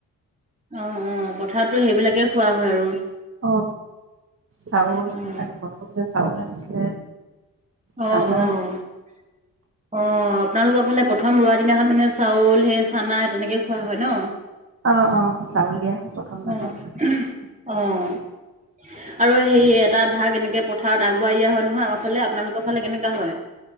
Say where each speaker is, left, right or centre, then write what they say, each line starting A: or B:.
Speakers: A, on the right; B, on the right.
A: অ অ পথাৰতো সেইবিলাকে খোৱা হয় আৰু।
B: অ চাউল
A: অ',
B: আজি প্ৰথম যে চাউল আনিছিলে। চানা
A: অ অ অ আপনালোকৰ ফালে পথাৰ। প্ৰথম ৰোৱাৰ দিনাখন মানে চাউল সেই চানা তেনেকৈ খোৱা হয় ন।
B: অহ', - অহ ', -চাউল দিয়া। হয়
A: অ-অ।
B: প্ৰথম দিনাখন
A: আৰু সেই এটা ভাগ এনেকৈ পথাৰত আগবুৱাই দিয়া হয় নহয় আমাৰ ফালে। আপোনালোকৰ ফালে কেনেকুৱা হয়?